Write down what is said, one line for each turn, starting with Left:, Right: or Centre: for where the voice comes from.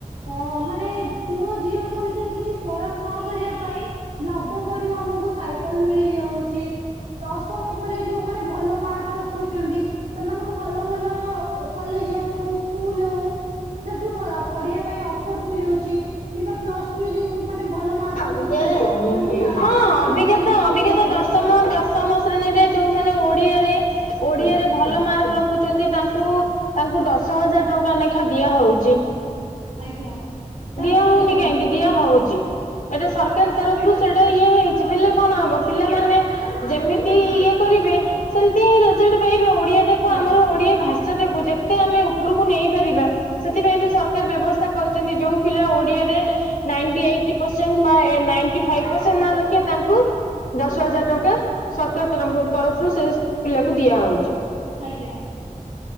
Right: ଅ ମାନେ ପୁଅ ଝିଅଙ୍କ ଭିତରେ କିଛି ଫରକ ନ କରିବା ପାଇଁ, ନବମ ରୁ ଆମକୁ ସାଇ କଲ ମିଳିଯାଉଛି ଦଶମ ପରେ ଯୋଉ ମାନେ ଭଲ ମାର୍କ ରଖ୍ ଖୁଛନ୍ତି ସେମାନଙ୍କୁ ଭଲ-ଭଲ କଲେଜ୍ ହଉ ସ୍କୁଲ ହଉ, ସେଠୁ ଭୟ ପଢ଼ିବା ପାଇଁ ଅଫର ମିଳୁଛି କିମ୍ବା ପ୍ଲସ୍ ଟୁ ରେ ଯେଉ ମାନେ ଭଲ ମାର୍କ ରଖୁଛନ୍ତି
Left: <unintelligible>
Right: ର ତାଙ୍କୁ ଲାପଟପ
Left: ହଁ
Right: ସୁବିଧା
Left: ଅଭିଜ୍ଞାତ-ଅଭିଜ୍ଞାତ
Right: ଯୋଗାଇ ଦିଆଯାଉଛି
Left: ଦଶମ ଦଶ ତମ ଶ୍ରେଣୀରେ ଯୋଉମାନେ ଓଡ଼ିଆରେ-ଓଡ଼ିଆରେ ଭଲ ମାର୍କ ରଖୁଛନ୍ତି ତାଙ୍କୁ, ତାଙ୍କୁ ଦଶ ହଜାର ଟଙ୍କା ଲେଖା ଦିଆ ହଉଛି,
Right: ଆଜ୍ଞା। ତାପରେ
Left: ଦିଆ ହଉନି
Right: ଦେଖନ୍ତୁ
Left: କାହିଁକି ଦିଆ ହଉଛି, ଏଇଟା ସରକାରୀ
Right: ହଁ
Left: ତରଫରୁ ସେଇଟା ଇଏ ହେଇଛି ହେଲେ କଣ ହବ ପିଲାମାନେ, ଯେମିତି ଇଏ କରିବେ ସେମତି ରେଜଲଟ ପାଇବେ ଓଡିଆ ଟାକୁ
Right: ଆଜ୍ଞା
Left: ଆମର ଓଡିଆ ଭାଷ୍ ଚାଷକୁ ଯେତେ ଆମେ ଉପରକୁ ନେଇପାରିବା, ସେଥିପାଇଁ ବି ସରକାର ବ୍ୟବସ୍ଥା କରିଛନ୍ତି ଯୋଉ ପିଲା ଓଡିଆରେ ନାଇଣ୍ଟି ଏଇଟି, ପସେଡ୍ ମାଏ ନାଇଟି ଫାଇଫ ପସେଟ୍ ମାର୍କ ରଖିବେ ତାଙ୍କୁ, ଦଶ ହଜାର ଟଙ୍କା ସରକାର ତରଙ୍ଖୁ ତରଫରୁ ସେ ପିଲାକୁ ଦିଆ ହଉଛି,
Right: ଆଜ୍ଞା,